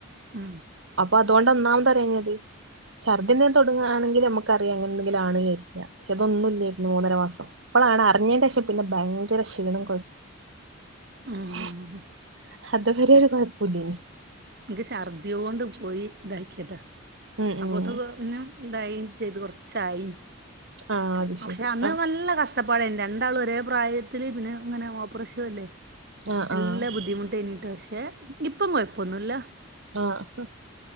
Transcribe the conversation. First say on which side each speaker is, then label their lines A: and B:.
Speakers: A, on the right; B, on the right.
A: ആ
B: അപ്പൊ അതുകൊണ്ട് ഒന്നാമത്, അറിയാഞ്ഞത് ശർദി തുടങ്ങുകയാണെങ്കി നമുക്കറിയാ ലാണരിക്ക പക്ഷെ അതൊന്നുംല്ലായിരുന്നു മൂന്നര മാസം, ഇപ്പോളാണ് അറിഞ്ഞെന്റെശേഷം പിന്നെ ഭയങ്കര ക്ഷീണം
A: ഉം
B: <unintelligible> അത് വരെ ഒരു കൊഴപ്പില്ലേനു
A: ഇൻക്ക് ശർദ്ധിയോണ്ട് പോയി ഇതാക്കിയത
B: ഉം
A: അപ്പൊതക്കും
B: ഉം
A: ന്തായി ചെയ്ത് കൊറച്ചായി
B: ആഹ് അത്
A: പക്ഷെ
B: ശരി
A: അന്ന്
B: ആഹ്
A: നല്ല കഷ കഷ്ടപ്പാട രണ്ടാളും ഒരേ പ്രായത്തില് പിന്നെ ങ്ങനെ ഓപ്പറേഷനും അല്ലേ.
B: ആഹ്
A: എല്ലാ
B: ആഹ്
A: ബുദ്ധിമുട്ടേയ്ഞ്ഞിട്ടൊ ഷെ ഇപ്പം കൊയപ്പൊന്നുല്ല.
B: ആ ഹ്